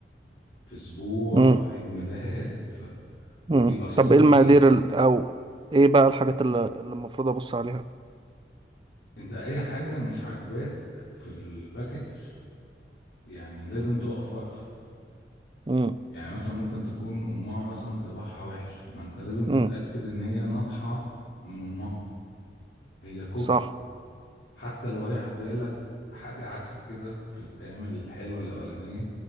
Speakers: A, on the left (about 70°); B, on the right (about 30°).
A: في اسبوع
B: امم
A: في عيد ميلاد ف... وبيأثروا
B: امم طب ايه المقادير
A: فيها
B: ال... او ايه بقى الحاجات اللي اللي المفروض ابص عليها
A: انت اي حاجة مش عاجباك في الباكج يعني لازم تقف وقفة
B: امم
A: يعني مثلا ممكن تكون امها مثلا طباعها وحش ما انت لازم تتأكد
B: امم
A: ان هي ناطحة من امها هي كوبي
B: صح
A: حتى لو هي هتبين لك حاجة عكس كده في الايام الحلوة الاولانية